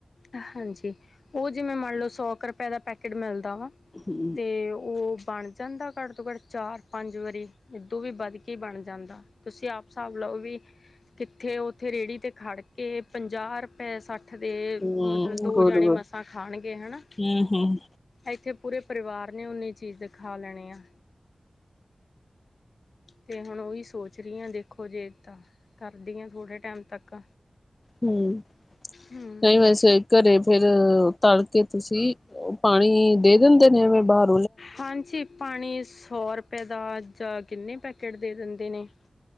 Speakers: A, on the left; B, on the left.
A: ਹਾਂਜੀ, ਉਹ ਜਿਵੇਂ ਮੰਨ ਲਓ ਸੌ 'ਕੁ ਰੁਪਏ ਦਾ ਪੈਕੇਟ ਮਿਲਦਾ ਵਾ
B: ਹਮ
A: ਤੇ ਉਹ ਬਣ ਜਾਂਦਾ ਘੱਟ ਤੋਂ ਘੱਟ, ਚਾਰ ਪੰਜ ਵਾਰੀ, ਏਦੋਂ ਵੀ ਵੱਧ ਕੇ ਕੀ ਬਣ ਜਾਂਦਾ, ਤੁਸੀਂ ਆਪ ਹਿਸਾਬ ਲਓ ਵੀ ਕਿੱਥੇ, ਉੱਥੇ ਰੇਹੜੀ ਤੇ ਖੜ ਕੇ ਪੰਜਾਹ ਰੁਪਏ ਸੱਠ ਦੇ,
B: ਹਮ
A: ਮਤਲਬ ਦੋ
B: ਗੋਲ
A: ਜਾਣੇ ਮਸਾਂ ਖਾਣਗੇ, ਹਨਾ।
B: ਗੱਪੇ ਹਮ ਹਮ
A: ਇੱਥੇ ਪੂਰੇ ਪਰਿਵਾਰ ਨੇ, ਉਨੀੇ ਚੀਜ਼ ਦਿਖਾ ਲੈਣੀ ਆ। ਤੇ ਹੁਣ ਉਹੀ ਸੋਚ ਰਹੀ ਹਾਂ ਦੇਖੋ ਜੇ ਤਾਂ, ਕਰਦੀ ਹਾਂ ਥੋੜੇ ਟਾਈਮ ਤੱਕ
B: ਹਮ,
A: ਹਮ
B: ਕਈ ਵੈਸੇ ਘਰੇ ਫੇਿਰ ਤਲ ਕੇ ਤੁਸੀਂ, ਪਾਣੀ ਦੇ ਦਿੰਦੇ ਨੇਵੇਂ ਬਾਹਰ?
A: ਹਾਂਜੀ, ਪਾਣੀ ਸੌ ਰੁਪਏ ਦਾ ਜਾਂ ਕਿੰਨੇ ਪੈਕੇਟ ਦੇ ਦਿੰਦੇ ਨੇ।